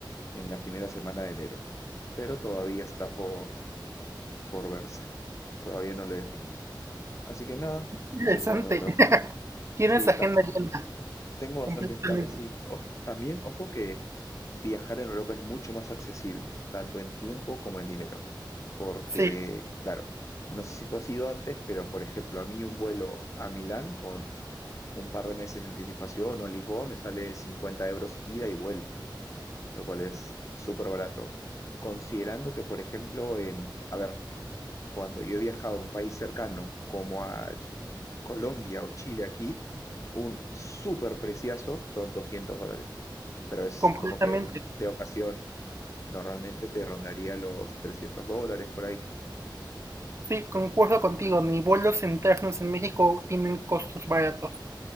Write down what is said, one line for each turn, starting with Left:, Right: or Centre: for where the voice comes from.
Left: en la primera semana de enero. Pero todavía está por, por verse. Todavía no lo he definido. Así que nada,
Right: Interesante.
Left: eso de momento.
Right: Tienes
Left: Sí,
Right: agenda
Left: ta-
Right: llena,
Left: tengo bastantes
Right: completamente.
Left: planes, sí. Ojo- también, ojo que viajar en Europa es mucho más accesible, tanto en tiempo como en dinero. Porque,
Right: Sí,
Left: claro, no sé si tú has ido antes, pero por ejemplo, a mí un vuelo a Milán con un par de meses de anticipación o el Lisboa, me sale 50 euros ida y vuelta, lo cual es súper barato. Considerando que, por ejemplo, en, a ver, cuando yo he viajado a un país cercano como a Colombia o Chile aquí, un súper preciazo son 200 dólares, pero es
Right: completamente.
Left: como que de ocasión normalmente te rondaría los 300 dólares por ahí.
Right: Sí, concuerdo contigo, ni vuelos internos en México tienen costos baratos.